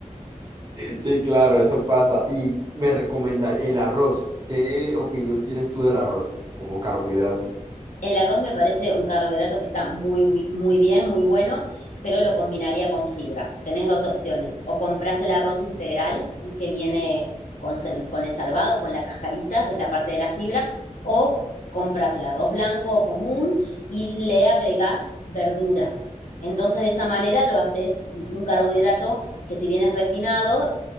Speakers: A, on the right; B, on the left.
A: Sí, claro, eso pasa. Y me recomendar el arroz. ¿Qué opinión tienes tú del arroz como carbohidrato?
B: El arroz me parece un carbohidrato que está muy, muy bien, muy bueno, pero lo combinaría con fibra. Tenés dos opciones, o compras el arroz integral, el que viene con, con el salvado, con la cascarita, que es la parte de la fibra, o compras el arroz blanco o común y le agregás verduras. Entonces, de esa manera lo haces un carbohidrato que si bien es refinado,